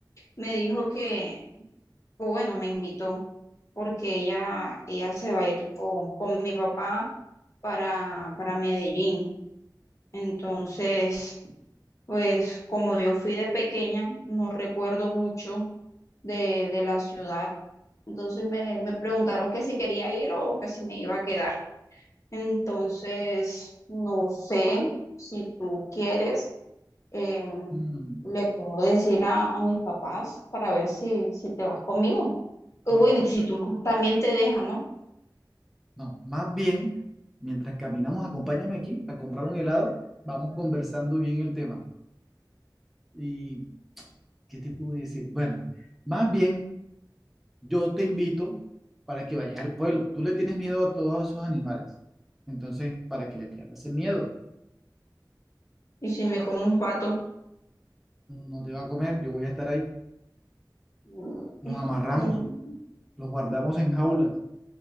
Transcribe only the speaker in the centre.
Mm,
no,
no. Más bien, mientras caminamos, acompáñame aquí a comprar un helado. Vamos conversando bien el tema. ¿Y qué te puedo decir? Bueno, más bien, yo te invito para que vayas al pueblo. Tú le tienes miedo a todos esos animales. Entonces, para que le pierdas el miedo,
no te va a comer, yo voy a estar ahí.
Los amarramos.
los guardamos en jaulas.